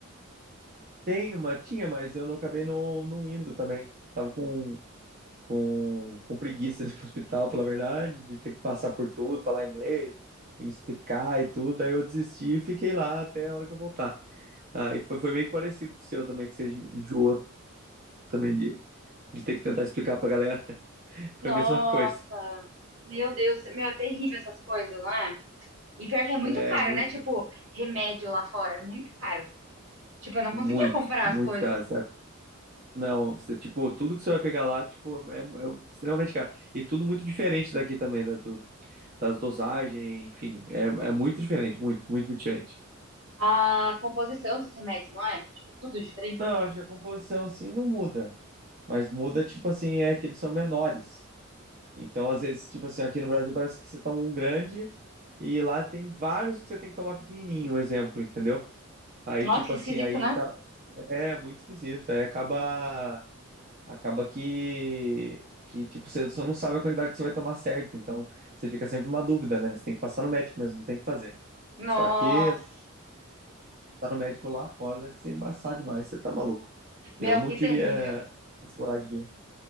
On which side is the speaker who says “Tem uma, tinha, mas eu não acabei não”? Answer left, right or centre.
Right